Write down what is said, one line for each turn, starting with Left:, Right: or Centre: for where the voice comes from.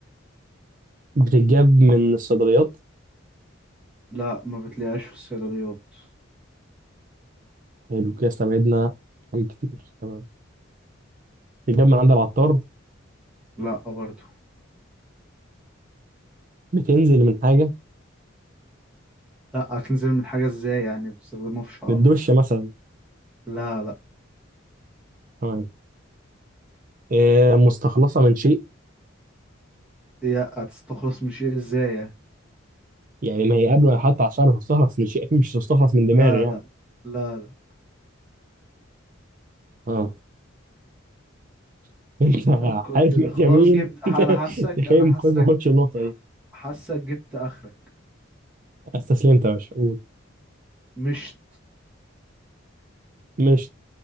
Right: بتتجاب من الصيدليات
Centre: لا ما بتلاقيهاش في الصيدليات
Right: حلو كده استبعدنا حاجات كتير تمام بتتجاب من عند العطار
Centre: لا برضو
Right: بتنزل من حاجة
Centre: لا هتنزل من حاجة ازاي يعني بتستخدمها في شعرك
Right: من الدش مثلا
Centre: لا لا
Right: تمام آه، مستخلصه من شيء
Centre: يا هتستخلص من شيء ازاي يعني
Right: يعني ما هي قبل ما يحط على الشعر تستخلص من شيء اكيد مش تستخلص من دماغي
Centre: لا
Right: يعني
Centre: لا لا لا
Right: اه <laughs> انت
Centre: فكر
Right: عارف
Centre: كده
Right: ماشي
Centre: خلاص
Right: يمين
Centre: جبت انا
Right: <laughs>
Centre: حاسك
Right: تخيل
Centre: انا حاسك
Right: خد ما خدش النقطه دي
Centre: حاسك جبت اخرك
Right: استسلمت يا باشا قول
Centre: مش
Right: مش